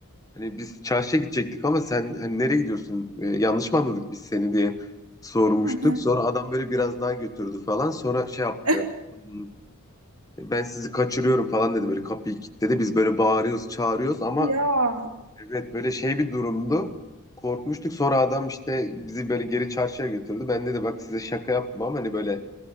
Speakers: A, on the left (about 15°); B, on the right (about 85°).
A: hani biz çarşıya gidecektik ama sen hani nereye gidiyorsun? Ee, yanlış mı anladık biz seni diye sormuştuk.
B: hı hı.
A: Sonra adam böyle biraz daha götürdü falan. Sonra şey yaptı.
B: <laughs>
A: "Hmm, Ben sizi kaçırıyorum falan dedi böyle kapıyı kilitledi. Biz böyle bağırıyoruz çağırıyoruz ama
B: Ya
A: Evet böyle şey bir durumdu. Korkmuştuk sonra adam işte bizi böyle geri çarşıya götürdü. Ben dedi bak size şaka yaptım ama hani böyle